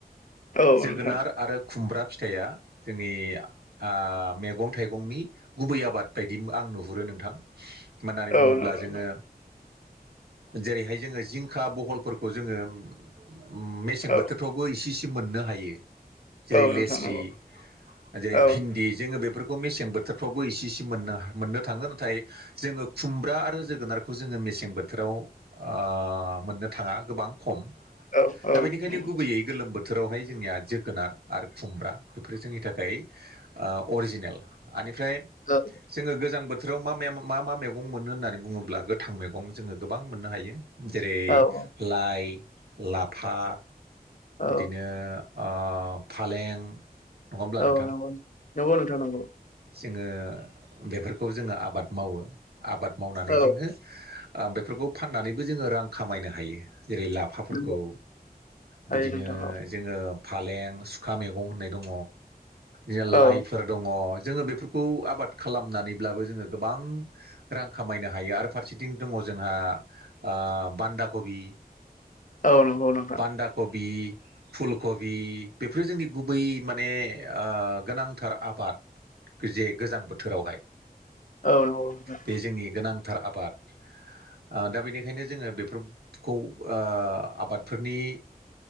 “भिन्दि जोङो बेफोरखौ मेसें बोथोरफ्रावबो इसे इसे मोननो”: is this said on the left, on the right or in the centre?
Right